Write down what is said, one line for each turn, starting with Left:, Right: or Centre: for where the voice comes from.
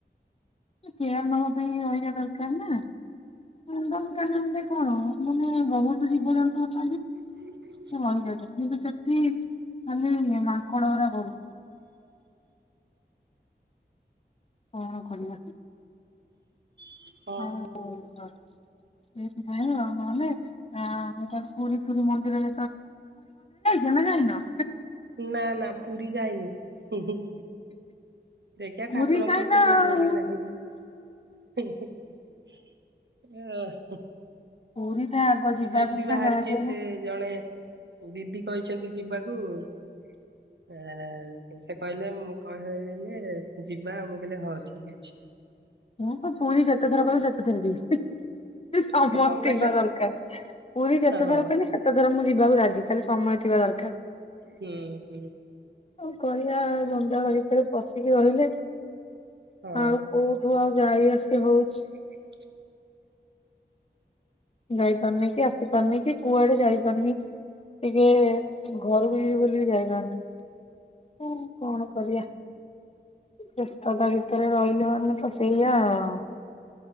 Left: କେୟାର ନବା ପାଇଁ ରହିବା ଦରକାର ନା। କନ୍ଦନକାନନ ରେ କଣ ମାନେ ବହୁତ ଜୀବଜନ୍ତୁ ଅଛନ୍ତି।
Right: <unintelligible>
Left: ରହିଯାଉଚନ୍ତି କିନ୍ତୁ ସେଠି ଖାଲି ମାଙ୍କଡ଼ ଗୁରା ବହୁତ୍। କଣ କରିବା।
Right: <inaudible>
Left: ହଁ ହଉ ଆଉ ସେଇଥିପାଇଁ ଆଉ ନହଲେ ହଁ ମୁଁ କହିଲି ପୁରୀ ଫୁରୀ ମନ୍ଦିର ଯେତେବେଳେ
Right: ନା ନା ପୁରୀ ଯାଇନି ହୁଁ ହୁଁ। ଦେଖିଆ
Left: ପୁରୀ
Right: ଠାକୁରଙ୍କ
Left: ଯାଇନ
Right: କେବେ
Left: ଆଉ।
Right: ଡୋରି ଲାଗିବ। ଅ ହ।
Left: ପୁରୀ ଟା ଆଗ ଯିବା
Right: ଯିବି
Left: କଥା
Right: ବାହାରିଚି
Left: ଯାହା ବି ହେଲେ
Right: ସେ ଜଣେ ଦିଦି କହିଚନ୍ତି ଯିବାକୁ <inaudible> ଏଁ ସେ କହିଲେ ମୁଁ କହି-ଲେ ଯିବା ମୁଁ କହିଲି ହଉ ଠିକ୍ ଅଛି।
Left: ମୁଁ ତ ପୁୁରୀ ଯେତେଥର କିହିବ ସେତେ ଥର ଯିବି। ହି ସମୟ
Right: କଣ
Left: ଥିବା
Right: କହିଲେ
Left: ଦରକାର ପୁରୀ ଯେତେଥର
Right: ହଁ ହଁ
Left: କହିଲ ସେ ତେଥର ମୁଁ ଯିବାକୁ ରାଜି ଖାଲି ସମୟ ଥିବା ଦରକାର।
Right: ହୁଁ ହୁଁ।
Left: କଣ କରିଆ ଜଞ୍ଜାଳ ଭିତରେ ପଶିକି ରହିଲେ
Right: ହଁ
Left: ଆଉ କୋଉ କୋଉ ଆଉ ଯାଇ ଆସି ହଉଚି।
Right: <inaudible>
Left: ଯାଇ ପାରୁନି କି ଆସି ପାରୁନି କି କୁଆଡେ ଯାଇପାରୁନି ଟିକେ ଘରୁକୁ ଯିବି ବୋଲି ବି ଯାଇପାରୁ ନାଇଁ। ହୁଁ କଣ କରିଆ ବ୍ୟସ୍ତତା ଭିତରେ ରହିଲେ ମାନେ ମାନେ ତ ସେଇଆ ଆଉ।